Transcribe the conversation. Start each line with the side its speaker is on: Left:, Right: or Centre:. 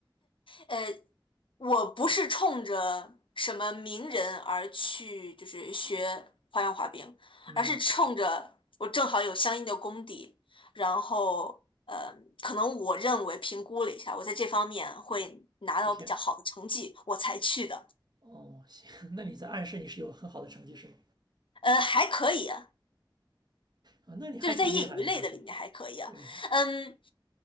Left: 呃。我不是冲着什么名人而去，就是学花样滑冰，
Right: 嗯，
Left: 而是冲着我正好有相应的功底，然后呃，可能我认为评估了一下，我在这方面会拿到比较好的成绩，
Right: 有天，
Left: 我才去的。
Right: 哦，行，<laughs> 那你在暗示你是有很好的成绩是吗？
Left: 呃，还可以啊，
Right: 啊，那你还挺厉害的，
Left: 就是在业余类的里面还可以啊。
Right: 说实话。对，
Left: 嗯，